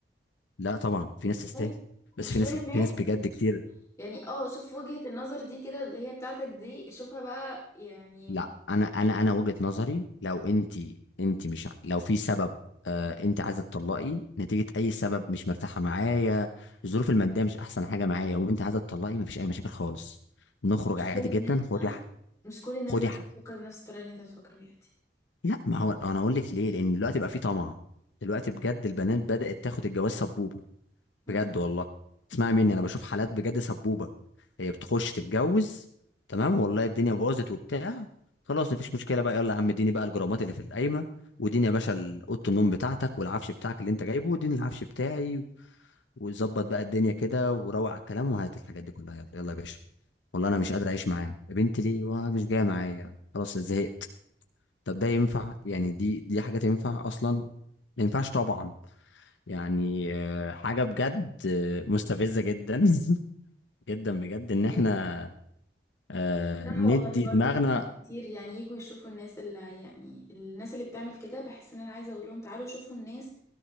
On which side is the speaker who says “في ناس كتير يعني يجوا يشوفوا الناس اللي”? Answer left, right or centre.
Left